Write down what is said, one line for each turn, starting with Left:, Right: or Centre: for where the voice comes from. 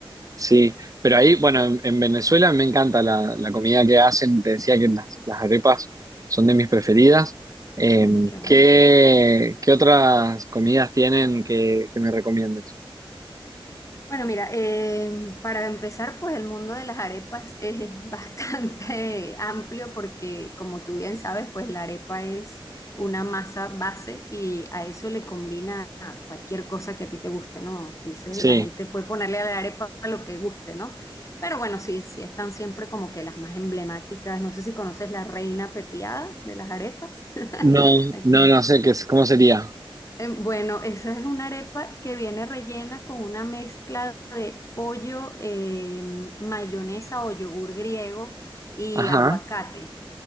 Right: sí, pero ahí, bueno, en, en Venezuela me encanta la, la comida que hacen. Te decía que las, las arepas son de mis preferidas. Eh,
Left: <laughs> Qué bueno.
Right: ¿qué, qué otras comidas tienen que, que me recomiendes?
Left: Bueno, mira, eh, para empezar, pues el mundo de las arepas es <laughs> bastante amplio porque, como tú bien sabes, pues la arepa es una masa base y a eso le combina cualquier cosa que a ti te guste, ¿no? Dice,
Right: Sí,
Left: la gente puede ponerle a la arepa lo que guste, ¿no? Pero bueno, sí, sí están siempre como que las más emblemáticas. No sé si conoces la reina pepiada de las arepas. <laughs>
Right: no,
Left: Aquí
Right: no, no sé qué, es- cómo sería.
Left: Em, Bueno, esa es una arepa que viene rellena con una mezcla de pollo, em, mayonesa o yogur griego y
Right: Ajá,
Left: aguacate.